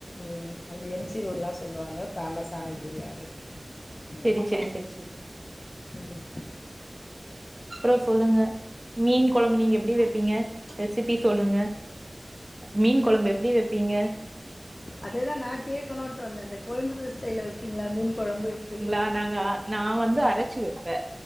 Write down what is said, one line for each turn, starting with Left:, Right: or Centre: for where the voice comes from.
Left: ம் அந்த எம் சி ரோடுனு தா சொல்லுவாங்க ஃபேமஸான ஏரியா அது ம்
Right: செரி செரி செரி செரி
Left: ம்
Right: அப்றோ சொல்லுங்க மீன் குழம்பு நீங்க எப்டி வைப்பீங்க ரெசிபி சொல்லுங்க மீன் குழம்பு எப்டி வைப்பீங்க
Left: அதேதா நா கேக்கணுன்ட்டு வந்தே அந்த கோயம்புத்தூர் ஸ்டைல்ல வைப்பீங்களா மீன் குழம்பு எப்டி
Right: ஆ நாங்கா நா வந்து அரச்சு வைப்பே